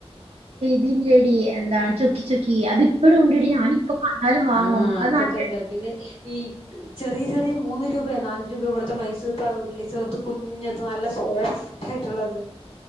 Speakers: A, on the right; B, on the left.
A: ത്ഇല്ലേടി എന്താണ് ചുക്കി ചുക്കി കി അത് ഇപ്പഴും ഉണ്ടെടി ഞാനിപ്പ കണ്ടാലും വാങ്ങും
B: ആഹ്
A: അത്
B: അതൊക്കെണ്ട്
A: നല്ല
B: പിന്നെ ഈ പി ചെറിയ ചെറിയ മൂന്ന് രൂപയോ നാല് രൂപയോ കൊടുത്ത മൈസൂർ പ വീട്ട്ല ചെപ്പ് കുഞ്ഞത്ത് നല്ല സോഫ്റ്റ് ആയിട്ടുള്ളത്